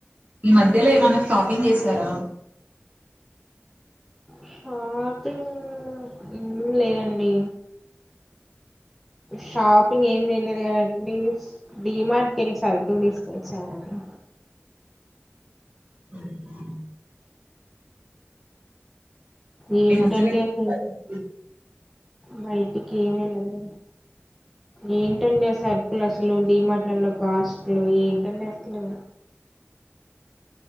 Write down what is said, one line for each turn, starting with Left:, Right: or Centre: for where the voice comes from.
Right: ఈ మధ్యలో ఏమన్నా షాపింగ్ చేశారా
Centre: షాపింగ్ ఏం లేదండి షాపింగ్ ఏం చేయలేదు కదండి డీమార్ట్కి వెళ్ళి సర్కుల్ తీసుకొచ్చానని
Right: <unintelligible>
Centre: ఏంటండి
Right: ఈ మధ్యలో ఎప్పుడన్నా
Centre: అసలు బైటికి ఏమేళద ఏంటండి సర్పులస్లు డీమట్లలో కాస్ట్లు ఏంటండి అసలు